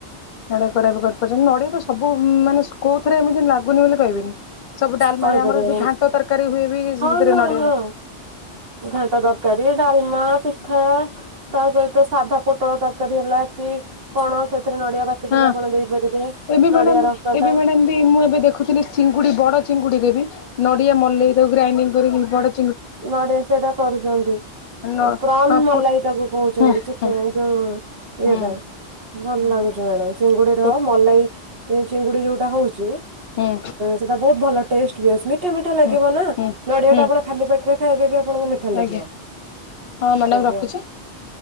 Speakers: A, on the left; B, on the right.
A: ନଡ଼ିଆ କୋରା ବି କରିପାରୁଛନ୍ତି ନଡିଆ ତ ସବୁ ମାନେ କୋଉ ଥରେ ଏମିତି ଲାଗୁନି ବୋଲି କହିବିନି। ସବୁ ଡାଲମାରେ
B: କହିପାରିବେ।
A: ଆମର ଯୋଉ ଘାଣ୍ଟ ତରକାରୀ ହୁଏ ବି
B: ହଁ
A: ସେଥିରେ
B: ହଁ
A: ନଡ଼ିଆ
B: ହଁ
A: ଲା
B: ଘାଣ୍ଟ ତରକାରୀ ଡାଲମା ପିଠା ତା ସହିତ ସାଧା ପୋଟଳ ତରକାରୀ ହେଲା କି କଣ ସେଥିରେ ନଡିଆ ବା ସେଠି
A: ହଁ
B: ବି ଆପଣ ଦେଇପାରିବେ
A: ଏବେ ମ୍ୟାଡ଼ାମ
B: ନଡିଆ ରସ
A: ଏବେ
B: ଟା।
A: ମ୍ୟାଡ଼ାମ ମୁଁ ଏବେ ଦେଖୁଥିଲି ଚିଙ୍ଗୁଡି ବଡ ଚିଙ୍ଗୁଡିରେ ବି ନଡିଆ ମଲେଇ ର ଗ୍ରାଇଡିଙ୍ଗ କରିକି ବ ଡ
B: ନଡ଼ିଆ ସେଟା କରୁଛନ୍ତି
A: ନ
B: ପ୍ରନ୍
A: ହଁ
B: ମଲାଇ
A: ପୋ
B: ତାକୁ କହୁଛନ୍ତି
A: ହୁଁ
B: ଚିକେନ
A: ହୁଁ
B: ଯୋଉ
A: ହୁଁ
B: ଇଏ ଟା ଭଲ
A: ହୁଁ
B: ଲାଗୁଛି ମ୍ୟାଡାମ ଚିଙ୍ଗୁଡିର
A: ପୋ
B: ମଲେଇ ଏଇ ଚିଙ୍ଗୁଡି ଯୋଉଟା ହଉଛି
A: ହୁଁ
B: ସେଟା ବହୁତ ଭଲ ଟେଷ୍ଟ ମିଠା ମିଠା ଲାଗିବ
A: ହୁଁ
B: ନା
A: ହୁଁ
B: ନଡିଆ
A: ହୁଁ
B: ଟା ଆପଣ ଖାଲି ପେଟରେ ଖାଇବେ ବି ଆପଣ ମିଠା ମିଠା ଲାଗିବ
A: ଆଜ୍ଞା। ହଁ ମ୍ୟାଡ଼ାମ
B: ଆଜ୍ଞା।
A: ରଖୁଛି